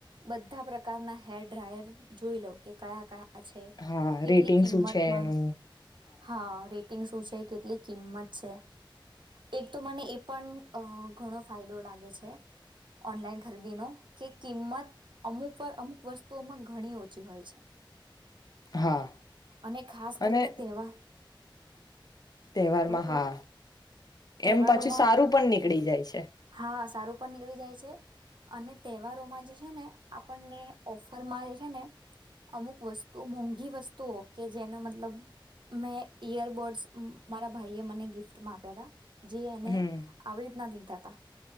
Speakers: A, on the right; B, on the left.
A: બધા પ્રકારના હેર ડ્રાયર જોઈ લોઉ કે કયા કયા. છે
B: હા
A: કેટલી
B: રેટિંગ
A: કિંમતમાં
B: શું છે એનું
A: હા રે. શું છે કેટલી. કિંમત છે એક તો મને એ પણ અ ઘણો ફાયદો લાગે છે ઓનલાઈન ખરીદીનો કે કિંમત અમુક વાર અમુક વસ્તુઓમાં ઘણી ઓછી હોય છે.
B: હા
A: અને ખાસ કરીને
B: અને
A: તહેવાર.
B: તહેવારમાં
A: બોલો બોલો
B: હા
A: તહેવારોમાં
B: એમ પછી સારું પણ નીકળી જાય છે.
A: હા સારું પણ નીકળી જાય છ, અને તહેવારોમાં જે છે ને આપણને ઓફરમાં જે છે ને અમુક વસ્તુ મોંઘી વસ્તુઓ કે જેનો મતલબ મેં ઈયરબડ્સ. મારા ભાઈએ મને ગિફ્ટ મા આપ્યા હતા. જે એને
B: હમ
A: આવી રીતના લી લીધાતા.